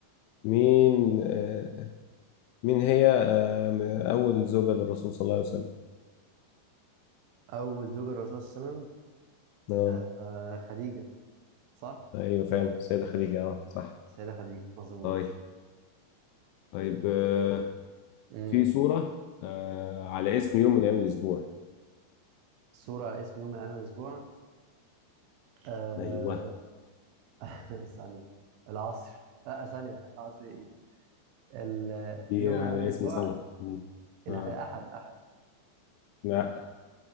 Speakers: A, on the left; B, on the right.
A: مين آه مين هي آه م- اول زوجة للرسول صلى الله عليه وسلم
B: اول زوجة للرسول صلى الله عليه وسلم
A: اه
B: آه خديجة صح
A: ايوه فعلا السيدة خديجة اه صح
B: سيدة خديجة مظبوط
A: طيب طيب آه
B: آه.
A: في سورة آه على اسم يوم من ايام الاسبوع
B: صورة على اسم يوم من أيام الأسبوع آه
A: ايوه
B: <clears throat> <laughs> ثانية العصر آه آه، ثانية العصر إيه ال-
A: دي
B: يوم
A: على
B: من أيام الأسبوع
A: اسم صلاة مم.
B: ال-
A: اه
B: الأحد أحد
A: لا